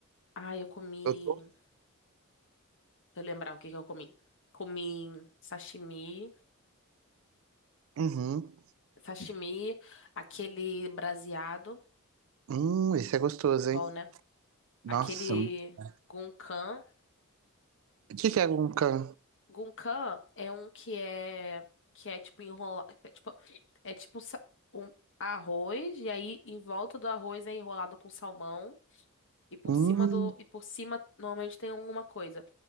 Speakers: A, on the left; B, on the right.
A: Ah, eu comi.
B: Eu tô.
A: Deixa eu lembrar o que que eu comi. Comi sashimi,
B: Uhum.
A: sashimi, aquele braseado,
B: Hum, esse é gostoso,
A: bom,
B: hein?
A: né?
B: Nossa.
A: Aquele
B: O
A: gunkan.
B: que que é guncan?
A: Gunkan é um que é que é tipo enrolado, é tipo, é tipo sa- um arroz e aí em volta do arroz é enrolado com salmão e por
B: Hum,
A: cima do e por cima normalmente tem alguma coisa.